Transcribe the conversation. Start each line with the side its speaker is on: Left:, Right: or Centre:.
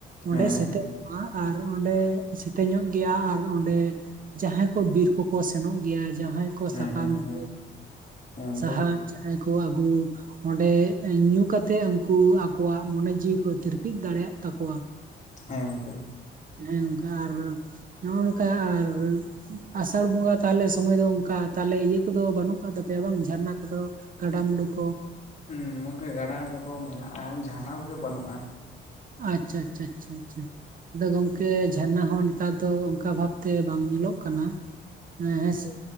Right: ᱚᱸᱰᱮ
Left: ᱦᱮᱸ
Right: ᱥᱮᱛᱮᱜ ᱟᱨ ᱚᱸᱰᱮ ᱥᱮᱛᱮᱧ ᱧᱚᱜ ᱜᱮᱭᱟ ᱟᱨ ᱚᱸᱰᱮ ᱡᱟᱦᱟᱸᱭ ᱠᱚ ᱵᱤᱨ ᱠᱚᱠᱚ ᱥᱮᱱᱚᱜ ᱜᱮᱭᱟ ᱡᱟᱦᱟᱸᱭ ᱠᱚ ᱥᱟᱠᱟᱢ
Left: ᱦᱮᱸ ᱦᱮᱸ ᱦᱮᱸ
Right: ᱦᱮᱡ
Left: ᱦᱮᱸ ᱜᱚᱝᱠᱮ
Right: ᱥᱟᱦᱟᱱ ᱡᱟᱦᱟᱸᱭ ᱠᱚ ᱟᱹᱜᱩ ᱚᱸᱰᱮ ᱧᱩ ᱠᱟᱛᱮᱜ ᱩᱱᱠᱩ ᱟᱠᱚᱣᱟᱜ ᱢᱚᱱᱮ ᱡᱤᱣᱤ ᱠᱚ ᱛᱤᱨᱯᱤᱫ ᱫᱟᱲᱮᱭᱟᱜ ᱛᱟᱠᱚᱣᱟ
Left: ᱦᱮᱸ ᱜᱚᱝᱠᱮ
Right: ᱦᱮᱸ ᱚᱱᱠᱟ ᱟᱨ ᱱᱚᱜ ᱱᱚᱝᱠᱟ ᱟᱨ ᱟᱥᱟᱲ ᱵᱚᱸᱜᱟ ᱛᱟᱦᱚᱞᱮ ᱥᱚᱢᱚᱭ ᱫᱚ ᱚᱱᱠᱟ ᱛᱟᱦᱚᱞᱮ ᱤᱭᱟᱹ ᱠᱚᱫᱚ ᱵᱟᱹᱱᱩᱜ ᱟᱠᱟᱫ ᱛᱟᱯᱮᱭᱟ ᱵᱟᱝ ᱡᱷᱟᱨᱱᱟ ᱠᱚᱫᱚ ᱜᱟᱰᱟᱼ ᱢᱩᱩᱰᱩ ᱠᱚ
Left: ᱦᱩ ᱜᱚᱢᱠᱮ ᱜᱟᱰᱟ ᱠᱚᱫᱚ ᱢᱮᱱᱟᱜᱼᱟ ᱡᱟᱱᱟ ᱠᱚᱜ ᱜᱮ ᱵᱟᱹᱱᱩᱜᱼᱟ
Right: ᱟᱪᱪᱷᱟ ᱟᱪᱪᱷᱟ ᱟᱪᱪᱷᱟ ᱟᱪᱪᱷᱟ ᱟᱫᱚ ᱜᱚᱝᱠᱮ ᱡᱷᱟᱨᱱᱟ ᱦᱚᱸ ᱱᱮᱛᱟᱨ ᱫᱚ ᱚᱱᱠᱟ ᱵᱷᱟᱵᱛᱮ ᱵᱟᱝ ᱧᱮᱞᱚᱜ ᱠᱟᱱᱟ᱾ ᱦᱮᱸ ᱦᱮᱸᱥᱮ